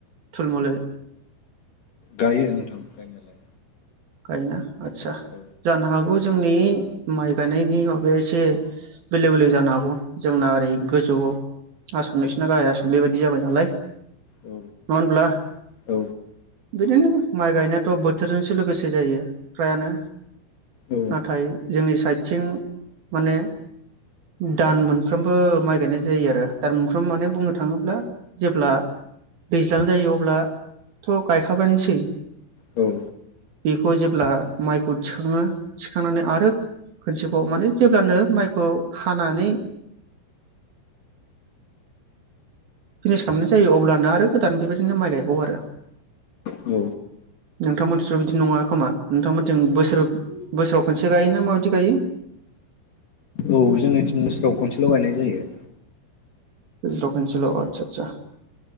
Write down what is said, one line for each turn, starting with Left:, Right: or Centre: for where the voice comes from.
Right: थुलमलै?
Left: गायो नोंथां गायनायालाय
Right: गायो ना आदसा
Left: औ
Right: जानो हागौ जोंनि माइ गायनायनि माबाया एसे बेलेक बेलेक जानो हागौ जोंना ओरै गोजौ आसामनि नोंसिना गाहाय आसाम बेबायदि जाबाय नालाय नंङा
Left: औ
Right: होनब्ला?
Left: औ
Right: बिदिनो माइ गायनायाथ बोथोरजोंसो लोगोसे जायो फ्रायानो
Left: औ
Right: नाथाय जोंनि साइद थिं माने दान मोनफ्रोमबो माइ गायनाय जायो आरो दान मोनफ्रोमबो माने बुंनो थाङोब्ला जेब्ला दैज्लां जायो अब्लाथ' गायखाबायानोसै
Left: औ
Right: बेखौ जेब्ला माइखौ थिखाङो थिखांनानै आरो खनसेबाव माने जेब्लानो माइखौ हानानै फिनिस खालामनाय जायो अब्लानो आरो गोदान बेबायदिनो माइ गायबावो आरो
Left: औ
Right: नोंथांमोनथिंथ बिदि नङा खोमा नोंथांमोनथिं बोसोर बोसोराव खनसे गायो ना माबायदि गायो?
Left: औ जोंनिथिं बोसोराव खनसेल' गायनाय जायो।
Right: बोसोराव खनसेल' आदसा आदसा